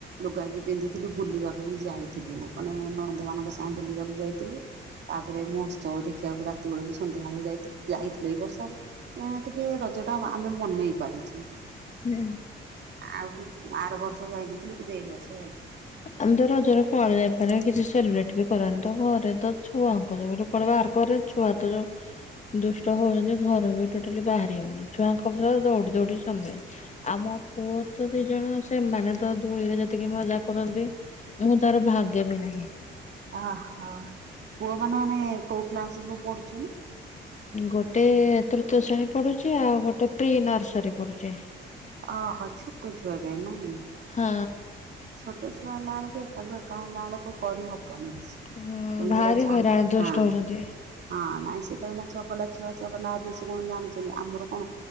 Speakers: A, on the right (about 60°); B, on the left (about 35°).
A: ଲୁଗାବି ପିନ୍ଧି ଥିଲୁ ବୁଲିବାକୁ ବି ଯାଇଥିଲୁ ମାନେ ନଣନ୍ଦ ମାନଙ୍କ ସାଙ୍ଗ ବୁଲିବାକୁ ଯାଇଥିଲୁ। ତାପରେ ମହୋତ୍ସବ ଦେଖିବାକୁ ରାତି ବେଳକୁ ସନ୍ଧ୍ୟା ବେଳେ ଯାଇଥି ଯାଇଥିଲୁ ଏଇ ବର୍ଷ ତ ଅ ଟିକେ ରଜ ଟା ଆମେ ମନେଇ ପାରିଚୁ।
B: ହୁଁ।
A: ଆଉ ଆର ବର୍ଷ ଯାଇନଥିଲୁ କିନ୍ତୁ ଏଇ ବର୍ଷ ଯାଇଥିଲୁ।
B: ଆମ ତ ରଜରେ କୁଆଡେ ଯାଇପାରି କିଛି ସେଲିବ୍ରେଟ ବି କରାନ୍ତୁ ଘରେ ତ ଛୁଆଙ୍କ ଯୋଗୁରୁ କୁଆଡେ ବାହାର କରେ ଛୁଆତ ଯୋଉ ଦୁଷ୍ଟ ହଉଚନ୍ତି ଘର ବି ଟୋଟାଲି ବାହାରି ହଉନି ଛୁଆଙ୍କ ସହ ଦୌଡି ଦୌଡି ସମେ ଆମ ପୁଅତ ଦିଜଣ ସେମାନେତ ଧୂଳିରେ ଯେତିକି ମଜା କରନ୍ତି। ମୁଁ ତାର ଭାଗେ ବି ନାହିଁ।
A: ଓହୋ। ପୁଅମାନେ ମାନେ କୋଉ କ୍ଳାସରେ ସବୁ ପଢୁଛନ୍ତି?
B: ଗୋଟେ ତୃତୀୟ ଶ୍ରେଣୀ ପଢୁଚି ଆଉ ଗୋଟେ ପ୍ରି ନର୍ସରୀ ପଢୁଚି।
A: ଓହୋ ଛୁଟ ଛୁଆ ଗୁରା ନାଇଁ?
B: ହଁ।
A: ଛୋଟ ଛୁଆ ହେଲା ବେଳକୁ କାଲ ଏକା ହେଲା ବେଳକୁ କରିହବନି କିଛି।
B: ହୁଁ
A: ତମେ
B: ଭାରି
A: ଯୋଉଟା ଚାହିଁ
B: ହଇରାଣ। ଦୁଷ୍ଟ
A: ହଁ
B: ହଉଛନ୍ତି।
A: ହଁ ନାଇଁ ସେ ତ ଏଇନା ଚଗଲା ଛୁଆ ଚଗଲା ହେବେ ସେ କଣ ଜାଣିଚନ୍ତି। ଆମର କଣ